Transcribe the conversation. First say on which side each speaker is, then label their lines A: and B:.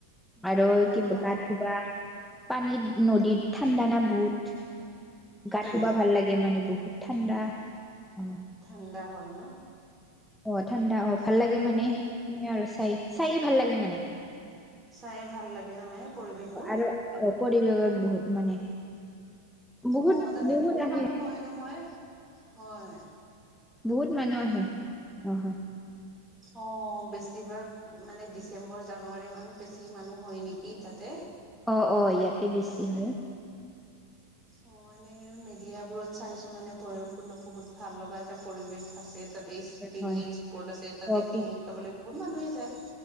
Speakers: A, in the centre; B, on the right (about 20°).
A: আৰু
B: অ
A: কিবা গা
B: অ
A: ধুবা পানীত নদীত ঠাণ্ডা না বহুত। গা
B: উম
A: ধুব ভাল লাগে মানে বহুত ঠাণ্ডা। অ
B: ঠাণ্ডা হয় ন।
A: অ ঠাণ্ডা অ ভাল
B: তাত
A: লাগে মানে এনেও আৰু চাই -চাইও ভাল লাগে মানে।
B: চাই এ ভাল লাগে নহয়। পৰিৱেশবোৰ
A: অ আৰু অ পৰিৱেশত বহুত মানে। বহুত
B: অ তাতে বহুত
A: আহে
B: মানুহ হয় ন। হয় হয়।
A: বহুত মানুহ আহে। অ' হয়
B: অ বেছিভাগ মানে ডিচেম্বৰ জানুৱাৰী মানত বেছি মানুহ হয় নেকি তাতে।
A: অ অ ইয়াতে বেছি হয়।
B: অ এনেই মিডিয়া বোৰত চাইছো মানে ভৈৰৱ কুন্দ বহুত ভাল লগাই থয়। এটা পৰিৱেশ আছে তাতে পিকনিক
A: হয়
B: স্পট আছে তাতে
A: অপি
B: পিকনিক খাবলৈ বহুত মানুহে যায়।